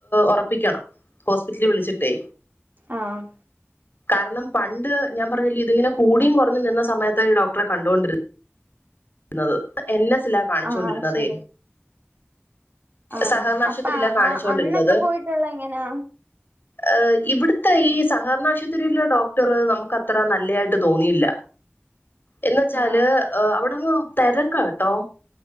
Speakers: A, on the left; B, on the right.
A: ഉറപ്പിക്കണം. ഹോസ്പിറ്റലിൽ വിളിച്ചിട്ടേ
B: ആഹ്
A: കാരണം പണ്ട് ഞാൻ പറഞ്ഞില്ലേ ഇതിങ്ങനെ കൂടി കുറഞ് നിന്ന സമയത്ത് ഈ ഡോക്ടറെ കണ്ടുകൊണ്ടിരു ന്നത് എൻ എസിലാ കാണിച്ചോണ്ടിരുന്നത്
B: ആ ശരി ആ
A: സഹകരണാശുപത്രിലാ
B: അപ്പ
A: കാണിച്ചോണ്ടിരുന്നത്
B: ആ അന്നൊക്കെ പോയിട്ടുള്ള എങ്ങനാ
A: എഹ് ഇവിടുത്തെ ഈ സഹകരണാശുപത്രിയിലെ ഡോക്ടർ നമുക്ക് അത്ര നല്ലതായിട്ട് തോന്നിയില്ല. എന്ന് വെച്ചാല്
B: ആ
A: എഹ് അവിടെങ് തിരക്കട്ടോ